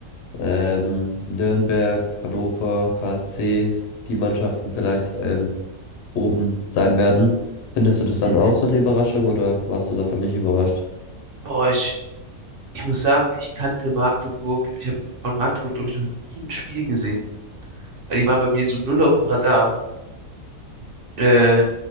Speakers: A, on the left; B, on the right.
A: ähm, Nürnberg, Hannover, KSC, die Mannschaften vielleicht ähm, oben sein werden. Findest du das dann
B: Mhm.
A: auch so eine Überraschung oder warst du davon nicht überrascht?
B: Boah, ich, ich muss sagen, ich kannte Magdeburg. Ich habe von Magdeburg, glaube ich, noch nie ein Spiel gesehen. Weil Die waren bei mir so null auf dem Radar. Äh,